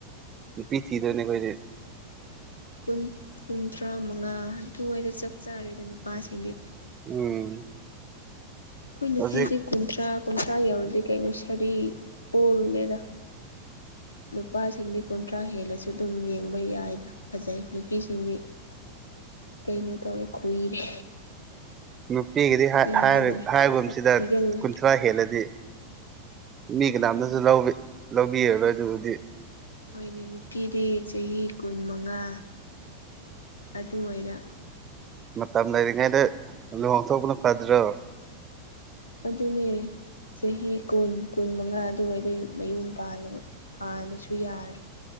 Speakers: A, on the right; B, on the left.
A: ꯅꯨꯄꯤꯊꯤꯗꯣꯢꯅꯦ ꯑꯈꯣꯢꯗꯤ
B: ꯀꯨꯟ ꯀꯨꯟꯊ꯭ꯔꯥ ꯃꯉꯥ ꯑꯗꯨꯋꯥꯏꯗ ꯆꯞ ꯆꯥꯔꯦꯗ ꯅꯨꯄꯥꯁꯤꯡꯗꯤ
A: ꯎꯝ
B: ꯑꯩꯈꯣꯏ ꯅꯨꯄꯤꯗꯤ
A: ꯍꯧꯖꯤꯛ
B: ꯀꯨꯟꯊ꯭ꯔꯥ ꯀꯨꯟꯊ꯭ꯔꯥ ꯌꯧꯔꯗꯤ ꯀꯩꯅꯣ ꯁꯥꯔꯤ ꯑꯣꯜꯂꯦꯗ ꯅꯨꯄꯥꯁꯤꯡꯗꯤ ꯀꯨꯟꯊ꯭ꯔꯥ ꯍꯦꯜꯂꯁꯨ ꯑꯗꯨꯝ ꯌꯦꯡꯕ ꯌꯥꯏꯅ ꯐꯖꯩ ꯅꯨꯄꯤꯁꯤꯡꯗꯤ ꯀꯩꯅꯣ ꯇꯧꯔꯦ ꯈꯨꯏꯔꯦ
A: ꯅꯨꯄꯤꯒꯤꯗꯤ ꯍꯥꯢ
B: ꯌꯥꯗ꯭ꯔꯦ
A: ꯍꯥꯢ ꯍꯥꯏꯒꯨꯝꯕꯁꯤꯗ
B: ꯃꯁꯛ ꯊꯤꯒꯜꯂꯦ
A: ꯀꯨꯟꯊ꯭ꯔꯥ ꯍꯦꯜꯂꯗꯤ ꯃꯤ ꯀꯅꯥꯝꯇꯁꯨ ꯂꯧꯔꯣꯏ ꯂꯧꯕꯤꯔꯔꯣꯏ ꯑꯗꯨꯕꯨꯗꯤ
B: ꯍꯣꯏꯅꯦ ꯅꯨꯄꯤꯗꯤ ꯆꯍꯤ ꯀꯨꯟ ꯃꯉꯥ ꯑꯗꯨ ꯑꯣꯏꯔ
A: ꯃꯇꯝ ꯂꯩꯔꯤꯉꯩꯗ ꯂꯨꯍꯣꯡ ꯊꯣꯛꯄꯅ ꯐꯗ꯭ꯔꯣ
B: ꯑꯗꯨꯅꯦ ꯆꯍꯤ ꯀꯨꯟ ꯀꯨꯟ ꯃꯉꯥ ꯑꯗꯨꯋꯥꯏꯗꯒꯤ ꯃꯌꯨꯝ ꯄꯥꯜꯂꯕ ꯄꯥꯂꯁꯨ ꯌꯥꯔꯤ